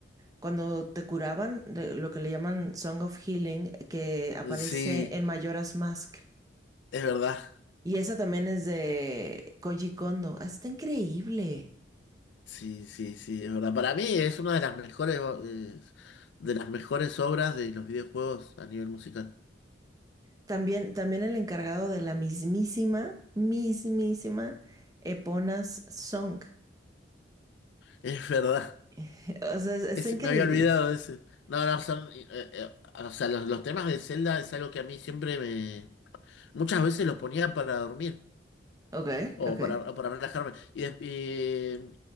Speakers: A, on the right (about 20°); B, on the left (about 65°).
A: cuando te curaban, de lo que le llaman Song of Healing, que aparece
B: Sí,
A: en Majora's Mask.
B: es verdad.
A: Y esa también es de Koji Kondo. Ah, Está increíble.
B: Sí, sí, sí, es verdad. Para mí es una de las mejores, eh, de las mejores obras de los videojuegos a nivel musical. <laughs>
A: También, también el encargado de la mismísima, mismísima Epona's Song.
B: Es verdad.
A: <laughs> O sea, es- está
B: Es-
A: increíble.
B: me había olvidado de ese. No, no, son. eh, eh, o sea, los, los temas de Zelda es algo que a mí siempre me. Muchas veces los ponía para dormir
A: Ok,
B: o
A: ok.
B: para, o para relajarme. Y, des- y,